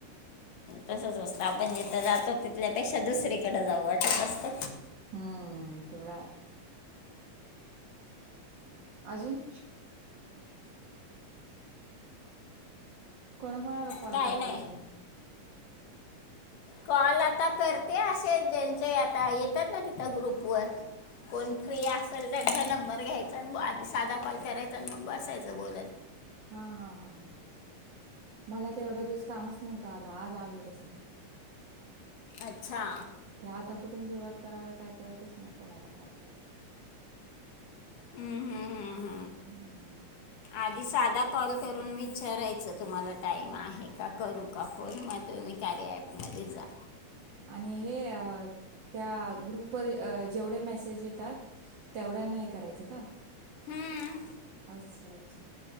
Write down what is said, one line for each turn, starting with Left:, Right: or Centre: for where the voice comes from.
Left: तसच असतं आपण जिथं जातो तिथल्यापेक्षा दुसरीकडे जाऊ वाटत असत
Right: हम्म तेवला अजून कोणा कोणाला कॉल
Left: काय
Right: करता
Left: नाही.
Right: तुम्ही
Left: कॉल आता करते असे ज्यांचे आता येतात ना तिथं ग्रुपवर कोण फ्री असेल त्या नंबर घ्यायचा आणि आधी साधा कॉल करायचा आणि मग बसायचं बोत
Right: हा हा हा हा मला तर एवढ्या दिवस कामच नव्हतं आला आज आलंय तसं
Left: अच्छा
Right: ते आत कुठून सुरुवात करावे काय कळतच न कोलायला कॉल कर
Left: हम्म हम्म
Right: हम्म.
Left: आधी साधा कॉल करून विचारायचं तुम्हाला टाइम आहे का करू का फोन मत तर म्ही कार्या ॲपमध्ये जा
Right: आणि हे त्या ग्रुप जेवढे मेसेज येतात तेवढ्यांना हे करायचं का
Left: हम्म.
Right: अच्छा अच्छा